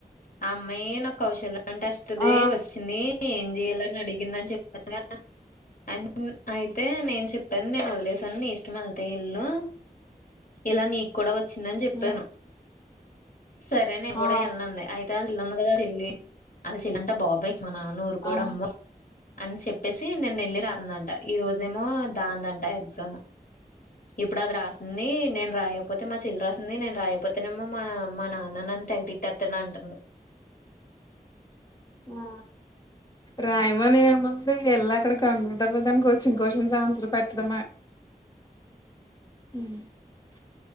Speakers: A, on the left; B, on the left.
A: ఆ అమ్మాయే నాకు కౌశల్ ఉంటెస్టుది
B: ఆ
A: వచ్చింది ఏం చెయాలని అడిగిందని చెప్పానుగా అ అయితే నేను చెప్పాను నేను వదిలేసాను నీ ఇష్టం వెళ్తే వెల్లు ఇలా నీ కూడా వచ్ వచ్చిందని చెప్పాను
B: ఉమ్
A: సరే నే కూడా
B: ఆ
A: వెలన్ అంది ఐతే చెల్లుంది కదా చెల్లి అళ చెలంటే బాబోయ్ మా నాన్న ఊరుకోడు
B: ఆ
A: అమ్మో అని చెప్పేసి నిన్న వెళ్ళి రాతందంట ఈ రోజేమో దాందంట ఎగ్జాము ఇప్పుడు అది రాసింది నేను రాయపోతే మా చెల్లి రాసింది నేను రాయపోతేనేమొ మమా మా నాన్న నన్ తెగ తిట్టేత్తడు అంటుంది
B: ఊ రాయమను ఏముంది, ఎళ్ళి అక్కడ కంప్యూటర్ మీదన్ కొచిన్ క్వశ్చన్స్ ఆన్సర్ పెట్టడమే. <inaudible>